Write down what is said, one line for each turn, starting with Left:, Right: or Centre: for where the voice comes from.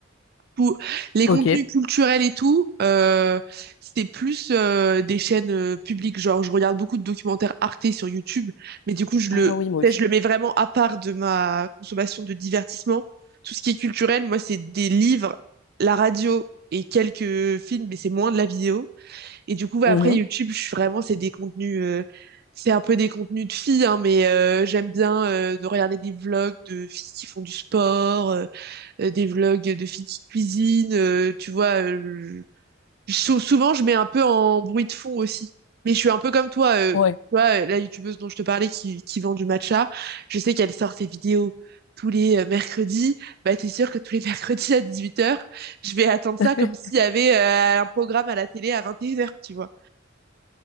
Right: Pour les
Left: Ok.
Right: contenus culturels et tout, euh, c'était plus euh, des chaînes euh, publiques. Genre, je regarde beaucoup de documentaires Arte sur YouTube, mais du coup, je
Left: Ah
Right: le,
Left: oui, moi
Right: tu
Left: aussi.
Right: sais, je le mets vraiment à part de ma consommation de divertissement. Tout ce qui est culturel, moi, c'est des livres, la radio et quelques films, mais c'est moins de la vidéo. Et du coup, ouais,
Left: Mhm.
Right: après YouTube, je suis vraiment, c'est des contenus, euh, c'est un peu des contenus de filles, hein, mais euh, j'aime bien euh, de regarder des vlogs de filles qui font du sport, euh, euh, des vlogs de filles qui cuisinent, euh, tu vois. euh, je- sou- souvent, je mets un peu en bruit de fond aussi. Mais je suis un peu comme toi, euh,
Left: Ouais.
Right: tu vois, euh, la youtubeuse dont je te parlais qui, qui vend du matcha, je sais qu'elle sort ses vidéos tous les euh, mercredis. Bah, t'es sûr que tous les <laughs> mercredis à 18h, je vais attendre ça
Left: <laughs>
Right: comme s'il y avait euh, un programme à la télé à 21h, tu vois.